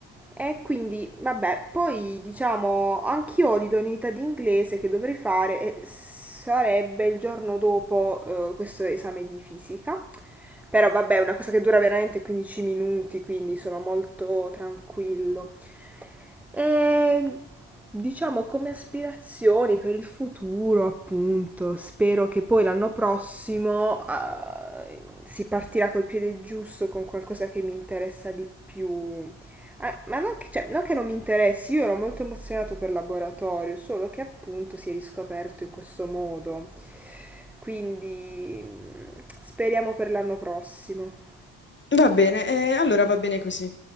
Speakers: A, in the centre; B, on the left.
A: e quindi, vabbè, poi diciamo, anch'io ho l'idoneità di inglese che dovrei fare e sarebbe il giorno dopo eh, questo esame di fisica. Però vabbè, è una cosa che dura veramente 15 minuti, quindi sono molto tranquillo. E diciamo come aspirazioni per il futuro, appunto, spero che poi l'anno prossimo eh, si partirà col piede giusto con qualcosa che mi interessa di più. Ah, ma non che, cioè, non che non mi interessi, io ero molto emozionato per il laboratorio, solo che appunto si è riscoperto in questo modo. Quindi mm, speriamo per l'anno prossimo.
B: Va bene, eh, allora va bene così.